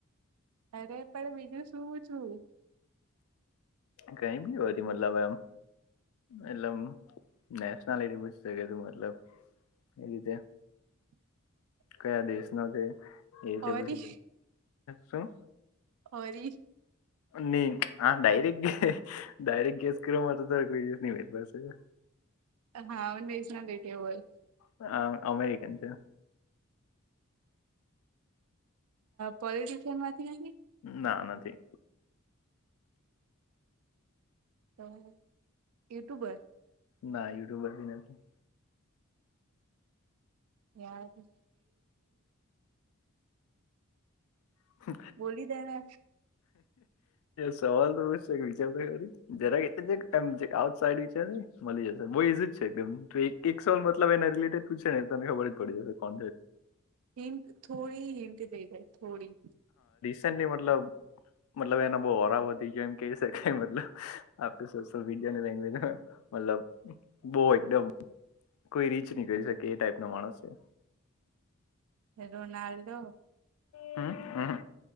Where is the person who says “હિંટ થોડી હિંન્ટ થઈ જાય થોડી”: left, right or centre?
Right